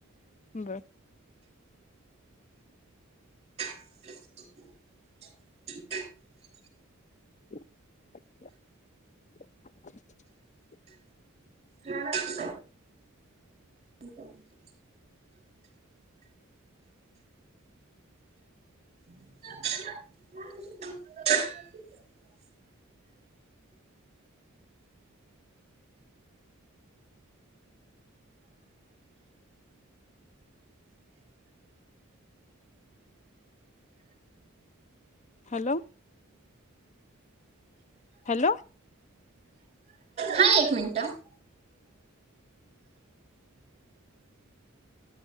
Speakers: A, on the left; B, on the right.
A: बरं.
B: <inaudible>
A: <inaudible>
B: हा <inaudible> हो <inaudible> <inaudible>
A: हॅलो, हॅलो,
B: हा एक मिनिटं.